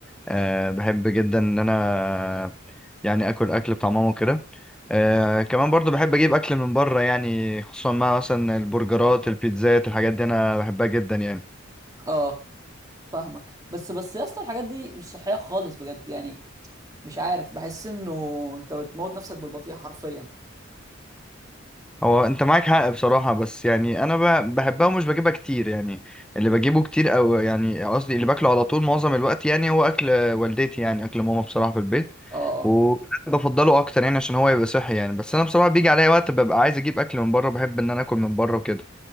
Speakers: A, in the centre; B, on the right.
A: أه بحب جدا ان انا يعني اكل اكل بتاع ماما وكده أه كمان برضو بحب اجيب اكل من بره يعني خصوصا مع مثلا البرجرات البيتزات الحاجات دي انا بحبها جدا يعني
B: اه فاهمك بس بس يا اسطى الحاجات دي مش صحيه خالص بجد يعني مش عارف بحس انه انت بتموت نفسك بالبطيء حرفيا
A: هو انت معاك حق بصراحة بس يعني انا ب- بحبها ومش بجيبها كتير يعني اللي بجيبه كتير او يعني قصدي اللي باكله على طول معظم الوقت يعني هو اكل والدتي يعني اكل ماما بصراحة في البيت
B: اه اه
A: وبفضله اكتر يعني عشان هو يبقى صحي يعني بس انا بصراحة بيجي عليا وقت ببقى عايز اجيب اكل من بره بحب ان انا اكل من بره وكده